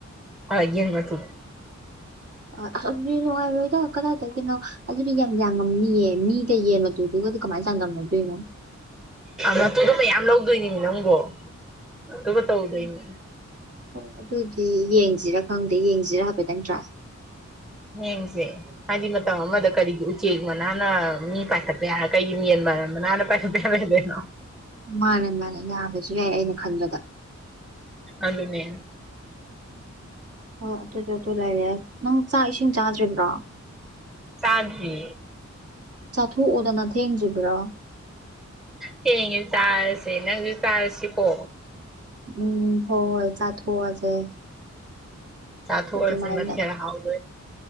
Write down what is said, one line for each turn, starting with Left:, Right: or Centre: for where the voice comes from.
Centre: ꯑ ꯌꯦꯡ ꯃꯇꯨ
Right: ꯑ ꯑꯁꯗꯤ ꯅꯨꯡꯉꯥꯏꯔꯣꯏꯗ ꯀꯗꯥꯏꯗꯗꯒꯤꯅꯣ ꯑꯗꯨꯗꯤ ꯌꯥꯝ ꯌꯥꯡꯉꯝꯅꯤꯌꯦ ꯃꯤꯒ ꯌꯦꯟ ꯑꯗꯨꯒꯗꯤ ꯀꯃꯥꯏꯅ ꯆꯥꯟꯗꯝꯅꯗꯣꯏꯅꯣ
Centre: ꯃꯇꯨꯗ ꯃꯌꯥꯝ ꯂꯧꯗꯣꯏꯅꯤꯅꯦ ꯅꯪꯕꯣ ꯑꯗꯨꯨ ꯇꯧꯗꯣꯏꯅꯤ
Right: ꯎꯝ ꯑꯣ ꯑꯗꯨꯑꯣꯏꯗꯤ ꯌꯦꯡꯁꯤꯔꯥ ꯈꯪꯗꯦ ꯌꯦꯡꯁꯤꯔꯥ ꯍꯥꯏꯐꯦꯠꯇꯪ ꯇꯦꯌꯦ
Centre: ꯌꯦꯟꯁꯦ ꯍꯥꯏꯗꯤ ꯃꯇꯝ ꯑꯃꯗ ꯀꯔꯤꯒꯤ ꯎꯆꯦꯛ ꯃꯅꯥꯅ ꯃꯤ ꯄꯥꯏꯈꯠꯄ ꯌꯥꯔ ꯀꯔꯤꯒꯤ ꯃꯤꯟ ꯃ ꯃꯅꯥꯅ ꯄꯥꯏꯈ ꯗꯅꯣ
Right: ꯃꯥꯅꯦ ꯃꯥꯅꯦ ꯌꯥꯕꯁꯨ ꯌꯥꯏ ꯑꯩꯅ ꯈꯟꯕꯗ
Centre: ꯑꯗꯨꯅꯦ
Right: ꯑꯣ ꯑꯗꯨꯁꯨ ꯑꯗꯨ ꯂꯩꯔꯦ ꯅꯪ ꯆꯥꯛ ꯏꯁꯤꯡ ꯆꯥꯗ꯭ꯔꯤꯕ꯭ꯔꯣ
Centre: ꯆꯥꯗ꯭ꯔꯤ
Right: ꯆꯥꯊꯣꯛꯑꯣꯗꯅ ꯊꯦꯡꯗ꯭ꯔꯤꯕ꯭ꯔꯥ
Centre: ꯊꯦꯡꯉꯦ ꯆꯥꯔꯁꯦ ꯅꯪꯁꯨ ꯆꯥꯔꯁꯤꯀꯣ
Right: ꯎꯝ ꯍꯣ ꯍꯣꯏ ꯆꯥ ꯊꯣꯛꯑꯖꯦ
Centre: ꯆꯥꯊꯣꯛꯑꯁꯤ
Right: ꯑꯗꯨꯃꯥꯏ
Centre: ꯃꯊꯦꯜ ꯍꯥꯎꯗꯣꯏ